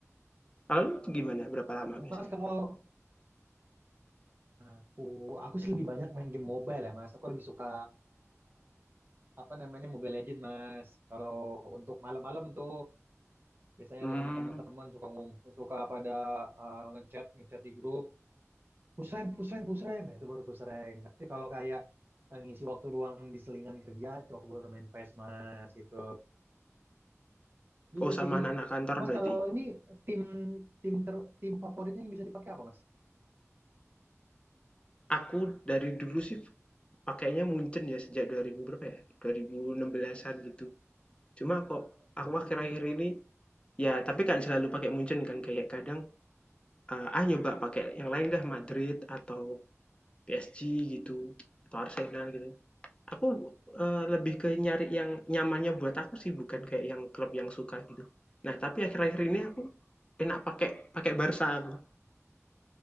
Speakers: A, on the left (about 20°); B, on the right (about 40°).
A: Kalau lu gimana berapa lama biasanya?
B: Mas kalau Aku aku sih lebih banyak main game mobile ya Mas. Aku lebih suka apa namanya Mobile Legend Mas. Kalau untuk malam-malam tuh biasanya
A: Hmm,
B: tuh sama teman-teman suka ngumpul, suka pada eh, ngechat ngechat di grup. Pusreng, pusreng, pusreng. Nah, itu baru pusreng. Tapi kalau kayak eh, ngisi waktu luang di selingan kerja itu aku baru main PES Mas gitu. Gitu
A: Oh, sama
B: sih.
A: anak-anak kantor
B: Mas
A: berarti?
B: kalau ini tim tim ter, tim favoritnya yang bisa dipakai apa Mas?
A: Aku dari dulu sih pakainya Munchen ya sejak 2000 berapa ya? 2016-an gitu. Cuma kok aku
B: Mungkin
A: akhir-akhir ini ya tapi kan selalu pakai Munchen kan kayak kadang eh, ah nyoba pakai yang lain dah Madrid atau PSG gitu atau Arsenal gitu. Aku eh, lebih ke nyari yang nyamannya buat aku sih bukan kayak yang klub yang suka gitu. Nah, tapi akhir-akhir ini aku enak pakai pakai Barca aku.